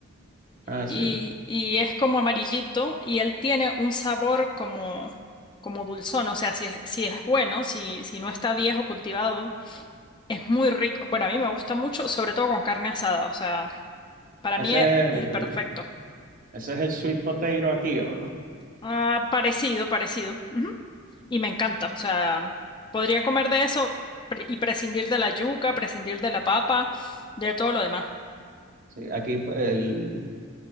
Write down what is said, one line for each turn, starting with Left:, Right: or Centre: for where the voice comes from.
Right: Ah,
Left: y,
Right: sí.
Left: y es como amarillito y él tiene un sabor como, como dulzón, o sea, si es, si es bueno, si, si no está viejo cultivado, es muy rico. Bueno, a mí me gusta mucho, sobre todo con carne asada, o sea, para
Right: Ese
Left: mí es
Right: es
Left: es
Right: el,
Left: el perfecto.
Right: ese es el sweet potato aquí, ¿o no?
Left: Ah, parecido, parecido. Ujú. Y me encanta. O sea, podría comer de eso pre- y prescindir de la yuca, prescindir de la papa, de todo lo demás.
Right: Sí, aquí pues, el